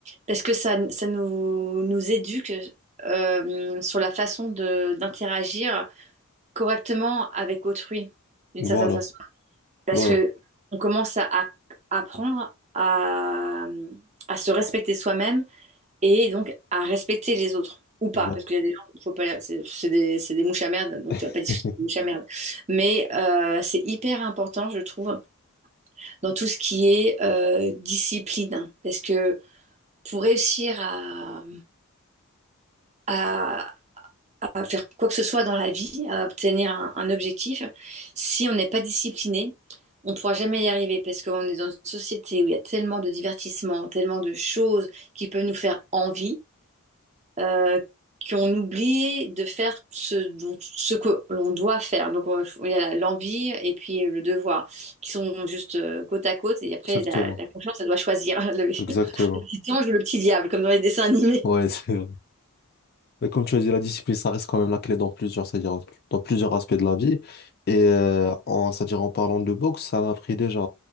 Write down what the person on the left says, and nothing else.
Voilà,
voilà,
voilà.
<laughs>
Exactement,
exactement.
Ouais, <laughs> c'est Mais comme tu as dit, la discipline, ça reste quand même la clé dans plusieurs, c'est-à-dire dans plusieurs aspects de la vie. Et euh, en, c'est-à-dire en parlant de boxe, ça m'a pris déjà